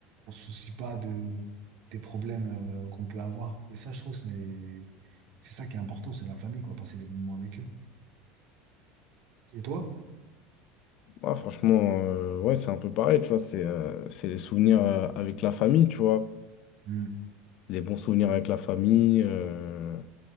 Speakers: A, on the right; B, on the left.
A: on se soucie pas de, des problèmes euh, qu'on peut avoir. Et ça, je trouve, c'est, c'est ça qui est important, c'est la famille, quoi, passer des bons moments avec eux. Et toi?
B: Ouais, franchement, euh, ouais, c'est un peu pareil, tu vois. C'est euh, c'est les souvenirs euh, avec la famille, tu vois.
A: Hmm.
B: Les bons souvenirs avec la famille. euh,